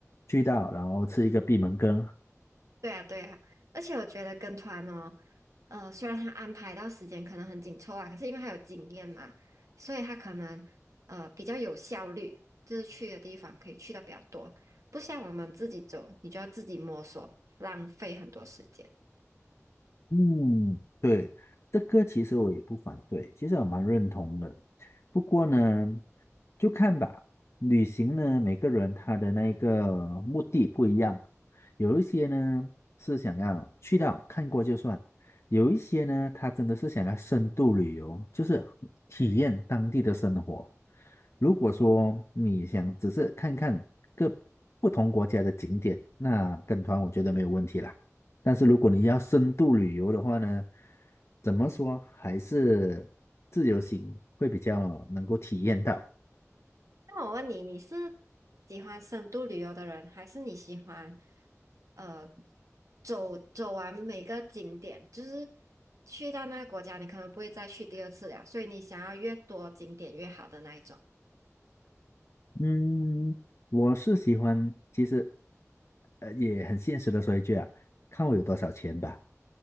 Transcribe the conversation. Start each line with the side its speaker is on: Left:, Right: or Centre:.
Left: 去到然后吃一个闭门羹，
Right: 对啊，对啊，而且我觉得跟团哦，呃，虽然他安排到时间可能很紧凑啊，可是因为他有经验嘛，所以他可能呃比较有效率，就是去的地方可以去的比较多，不像我们自己走，你就要自己摸索，浪费很多时间。
Left: 嗯，对，这个其实我也不反对，其实我蛮认同的。不过呢，就看吧，旅行呢，每个人他的那个目的不一样，有一些呢是想要去到看过就算，有一些呢他真的是想要深度旅游，就是体验当地的生活。如果说你想只是看看各不同国家的景点，那跟团我觉得没有问题啦。但是如果你要深度旅游的话呢，怎么说还是自由行会比较能够体验到。
Right: 那我问你，你是喜欢深度旅游的人，还是你喜欢呃走走完每个景点？就是去到那个国家，你可能不会再去第二次了，所以你想要越多景点越好的那一种。
Left: 嗯，我是喜欢，其实呃也很现实的说一句啊，看我有多少钱吧。